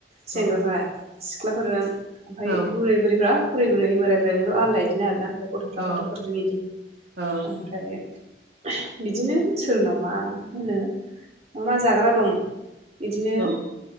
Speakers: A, on the right; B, on the right.
A: सेंग्राफ्रा
B: औ
A: सिख्लाफोरा। ओमफाय
B: औ
A: बोराय बुरैफ्रा। बुरै बुरै बोराय बुरायल आलदा इदिनो आरोना गथफ्रा
B: अ
A: गथफोरजों इदि
B: औ
A: ओमफ्राय बिदिनो सोरनाव मा होनो मा मा जाग्रा दं बिदिनो
B: औ